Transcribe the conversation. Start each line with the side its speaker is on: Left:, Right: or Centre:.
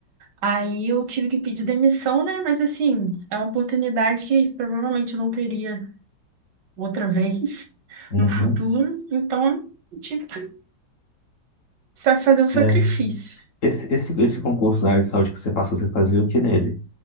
Right: Aí eu tive que pedir demissão, né? Mas assim, é uma oportunidade que provavelmente eu não teria outra vez
Left: Uhum.
Right: no futuro, então eu tive que sa- fazer o sacrifício.
Left: É. Esse, esse, esse concurso da área de saúde que você passou, você fazia o que nele?